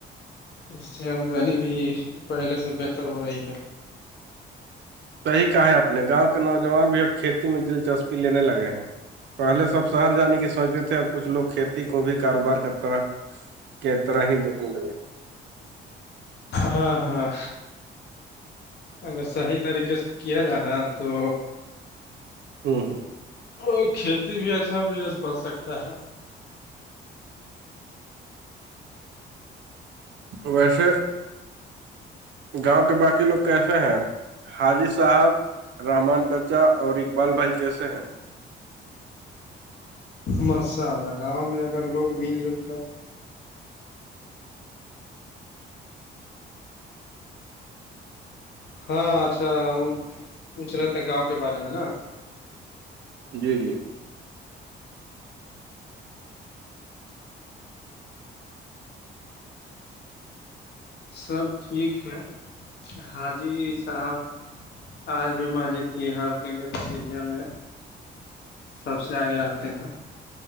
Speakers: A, on the left; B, on the right.
A: اس سے آمدنی بھی پہلے سے بہتر ہو رہی ہے
B: صحیح کہا ہے اپپ نے گاؤں کے نوجوان بھی اب کھیتی میں دلچسپی لینے لگے ہیں پہلے سب شہر جانے کی سوچتے تھے اب کچھ لوگ کھیتی کو بھی کاروبار کرتا رہا ک طرح ہی دیکھنے لگے
A: ہاں ہاں اگر صحیح طریقے سے کیا جانا تو
B: ہوں ہوں
A: وہ کھیتی بھی اچھا بزنس بن سکتا ہے
B: ویسے گاؤں کے باقی لوگ کیسے ہیں حاجی صاحب رحمان چچا اور اقبال بھائی کیسے ہیں
A: ماشاءلہ گاؤں میں اگر لوگ مل جل کر ہاں اچھا وہ پوچھ رہے تھے گاؤں کے بارے میں نا
B: جی جی
A: سب ٹھیک ہے حاجی صاحب آج بھی مسجد کی ہر گتیولیا میں سب سے آگے رہتے ہیں